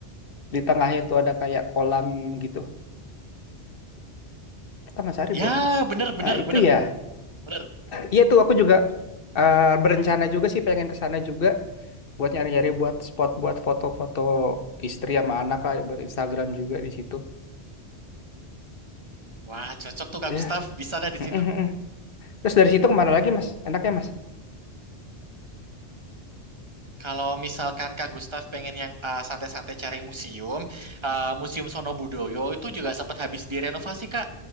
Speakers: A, on the left; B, on the right.
A: di tengahnya itu ada kayak kolam gitu. Taman Sari bukan
B: Ya,
A: sih Mas?
B: bener, bener,
A: Nah itu
B: bener,
A: ya.
B: bener.
A: Iya tuh aku juga eh, berencana juga sih pengen ke sana juga buat nyari-nyari buat spot buat foto-foto istri sama anak lah buat Instagram juga di situ.
B: Wah, cocok tuh Kak
A: Ya.
B: Gustaf. Bisa lah di
A: mm, mm,
B: situ.
A: mm. Terus dari situ kemana lagi Mas? Enaknya Mas?
B: Kalau misalkan Kak Gustaf pengen yang eh, santai-santai cari museum, eh, Museum Sono Budoyo itu juga sempat habis direnovasi, Kak.